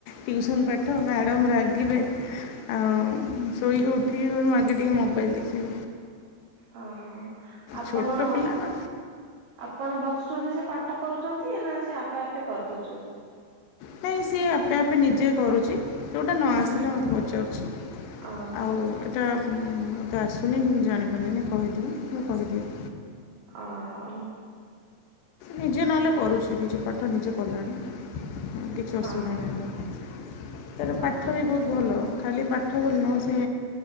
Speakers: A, on the left; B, on the right.
A: ଟ୍ୟୁସନ୍ ପାଠ ମ୍ୟାଡ଼ମ୍ ରାଗିବେ। ଆଉ ଶୋଇକି ଉଠିକି କହିବ ମୁଁ ଆଗେ ଟିକେ ମୋବାଇଲ୍ ଦେଖିବି।
B: ଓହୋ, ଆପଣ
A: ଛୋଟ ପିଲା ନା
B: ଆପଣ ବସୁଚନ୍ତି ସେ ପାଠ କରୁଚନ୍ତି ନା ସେ ଆପେ ଆପେ କରିଦଉଛନ୍ତି?
A: ନାଇଁ, ସିଏ ଆପେ ଆପେ ନିଜେ କରୁଚି ଯେଉଟା ନ ଆସିଲେ ମୋତେ ପଚାରୁଚି।
B: ଓହୋ
A: ଆଉ ଏଟା ହୁଁ ମତେ ଆସୁନି କି ମୁଁ ଜାଣିପାରିଲିନି କହିଦିଅ ମୁଁ କରିଦେଏ।
B: ଅହୋ।
A: ନିଜେ ନହେଲେ କରୁଛି ନିଜ ପାଠ ନିଜେ କଲାଣି। କିଛି
B: ହଁ
A: ଅସୁବିଧା ନାହିଁ ତ ତାର
B: ହଁ।
A: ପାଠ ବି ବହୁତ ଭଲ ଖାଲି ପାଠ ଭଲ ନୁହଁ ସେ